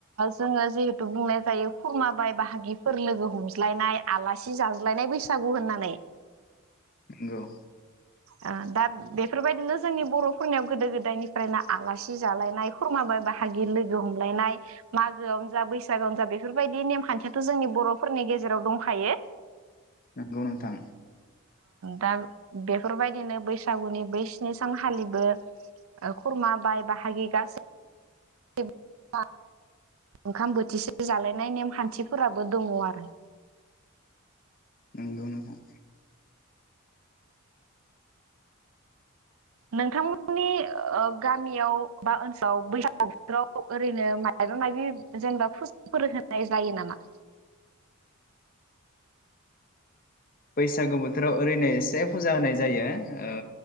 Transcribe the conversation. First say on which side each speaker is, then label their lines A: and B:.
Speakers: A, on the right; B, on the left.
A: जोङो जिहेथु बुंनाय जायो खुरमाबाय बाहागिफोर लोगो हमज्लायनाय आलासि जाज्लायनाय बैसागु होननानै
B: नंगौ
A: ओ दा बेफोरबायदिनो जोंनि बर'फोरनियाव गोदो गोदायनिफ्रायनो आलासि जालायनाय खुरमा बाय बाहागि लोगो हमलायनाय मागोआवनो जा बैसागोआवनो जा बेफोरबायदि नेमखान्थियाथ' जोंनि बर'फोरनि गेजेराव दंखायो।
B: नंगौ नोंथां
A: दा बेफोरबायदिनो बैस बैसागुनि बै स्नि सान खालिबो खुरमा बाय बाहागि गासै ओंखाम बोथिसे जालायनाय नेमखान्थिफोराबो दङ आरो
B: नोंगौ नोंथां
A: नोंथांमोननि ओ गामियाव बा ओनसोलाव बैसागु बोथोराव ओरैनो मायबा माबि जेनेबा फुजाफोर होनाय जायो नामा?
B: बैसागु बोथोराव ओरैनो एसे फुजा होनाय जायो ओ